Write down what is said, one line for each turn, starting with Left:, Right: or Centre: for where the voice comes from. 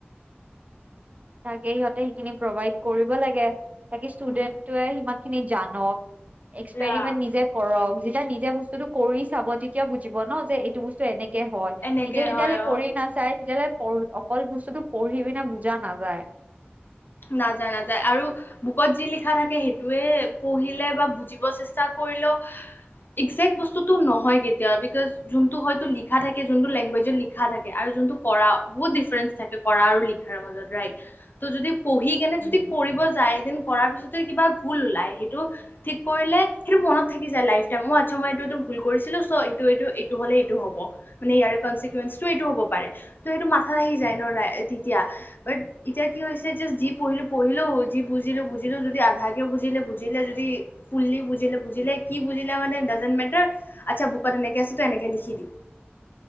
Right: তাকে সিহঁতে সেইখিনি প্ৰভাইড কৰিব লাগে তাকে ষ্টুডেন্টটোৱে
Left: উম
Right: সিমান খিনি জানক এক্সপেৰিমেণ্ট
Left: ৰা
Right: নিজে কৰক এতিয়া নিজে বস্তুটো কৰি চাব তেতিয়া বুজিব ন যে এইটো বস্তু এনেক হয়
Left: এনেকে
Right: নিজে যেতিয়ালৈ
Left: হয় অ
Right: কৰি নাচায় তেতিয়ালে পঢ়ি অকল বস্তুটো পঢ়ি পিনে বুজা নাযায়
Left: নাযায় নাযায় আৰু বুকত যি লিখা থাকে সেইটোৱে পঢ়িলে বা বুজিব চেষ্টা কৰিলেও একজেক্ট বস্তুটো নহয় কেতিয়াও বিকজ যোনটো হয়তো লিখা থাকে যোনটো লেংগুৱেজত লিখা থাকে আৰু যোনটো কৰা বহুত ডিফাৰেন্ঞ্চ থাকে কৰা আৰু লিখাৰ মাজত ৰাইট ত' যদি পঢ়ি কেনে
Right: উম
Left: যদি কৰিব যায় কৰাৰ পিছতে কিবা ভুল ওলাই সেইটো ঠিক কৰিলে সেইটো মনত থাকি যায় লাইফ টাইম অ আচ্ছা মই এইটো এইটো ভুল কৰিছিলো চ এইটো এইটো এইটো হলে এইটো হব মানে ইয়াৰে কনচিকুৱেঞ্চটো এইটো হব পাৰে ত সেইটো মাথা আহি যায় ন তেতিয়া ব এতিয়া কি হৈছে জাষ্ট যি পঢ়িলো পঢ়িলো যি বুজিলো বুজিলো যদি আধাকেও বুজিলে বুজিলে যদি ফুললি বুজিলে বুজিলে কি বুজিলে মানে ডাজেনট মেটাৰ আচ্ছা বুকত এনেকে আছে ত এনেকে লিখি দিম